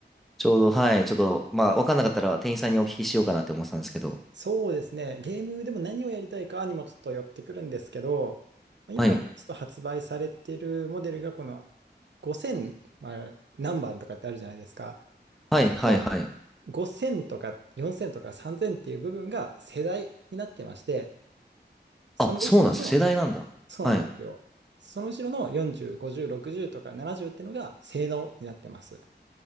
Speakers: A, in the centre; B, on the right.
A: ちょうど、はい、ちょっと、まあ、わかんなかったら店員さんにお聞きしようかなって思ってたんですけど。
B: そうですね。ゲームでも何をやりたいかにもちょっと寄ってくるんですけど、まあ今ちょっと発売されているモデルがこの5000、
A: はい。
B: まあ、何番とかってあるじゃないですか。
A: はい、
B: その
A: はい、はい。
B: 5000とか4000とか3000っていう部分が世代になってまして、その後ろの、
A: あ、そうなんです。世代なんだ。
B: そうなんですよ。
A: はい。
B: その後ろの40、50、60とか70っていうのが性能になってます。